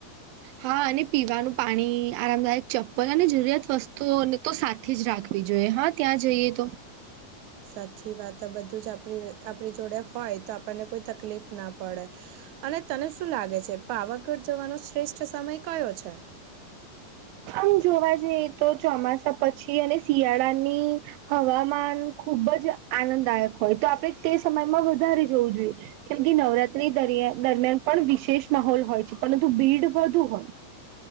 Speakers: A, on the right; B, on the right.
A: હા અને પીવાનું પાણી આરામદાયક ચપ્પલ અને જરૂરિયાત વસ્તુઓને તો સાચ થી જ રાખવી જોઈએ હા ત્યાં જઈએ તો
B: સાચી વાત બધું જ આપ આપણી જોડે હોય તો આપણને કોઈ તકલીફ ના પડે અને તને શું લાગે છે, પાવાગઢ જવાનો શ્રેષ્ઠ સમય કયો છે.
A: આમ જોવા જઈએ તો ચોમાસા પછી અને શિયાળાની હવામાન ખુબ જ આનંદદાયક હોય તો આપડણે તે સમયમાં વધારે જવું જોઈએ. કેમ કે નવરાત્રીરિયા દરમિયાન પણ વિશેષ માહોલ હોય છે, પરંતુ ભીડ વધુ હોય